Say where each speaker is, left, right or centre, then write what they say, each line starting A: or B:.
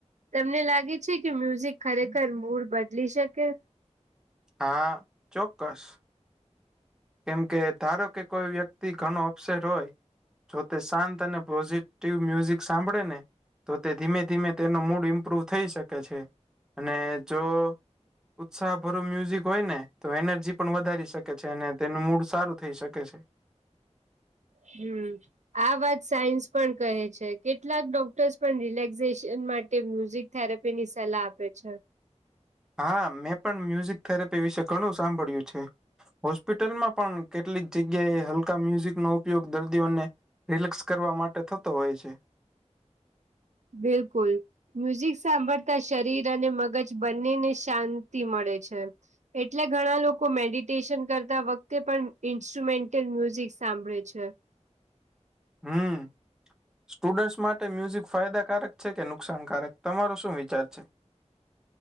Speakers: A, on the right; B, in the centre.
A: તમને લાગે છે કે મ્યુઝિક ખરેખર મૂડ બદલી શકે.
B: હા ચોક્કસ કેમ કે ધારો કે કોઈ વ્યક્તિ ઘણો અપસેટ હોય. જો તે શાંત અને પોઝિટિવ મ્યુઝિક સાંભળે ને તો તે ધીમે ધીમે તેનો મૂડ ઇમ્પ્રુવ થઈ શકે છે અને જો ઉત્સાહ ભરો મ્યુઝિક હોય ને તો એનર્જી પણ વધારી શકે છે અને તેનું મૂડ સારું થઈ શકે છે.
A: હમ આ વાત સાયન્સ પણ કહે છે કેટલાક ડોક્ટર્સ પણ રિલેક્સેશન માટે મ્યુઝિક થેરેપી ની સલાહ આપે છે.
B: હા મેં પણ મ્યુઝિક થેરેપી વિશે ઘણું સાંભળ્યું છે. હોસ્પિટલમાં પણ કેટલીક જગ્યાએ હલકા મ્યુઝિક નો ઉપયોગ દર્દીઓને રિલેક્સ કરવા માટે થતો હોય છે.
A: બિલકુલ. મ્યુઝિક સાંભળતા શરીર અને મગજ બંનેને શાંતિ મળે છે. એટલે ઘણા લોકો મેડિટેશન કરતા વખતે પણ ઇન્સ્ટ્રુમેન્ટલ મ્યુઝિક સાંભળે છે.
B: હમ સ્ટુડન્ટસ માટે મ્યુઝિક ફાયદાકારક છે કે નુકસાનકારક તમારો શું વિચાર છે.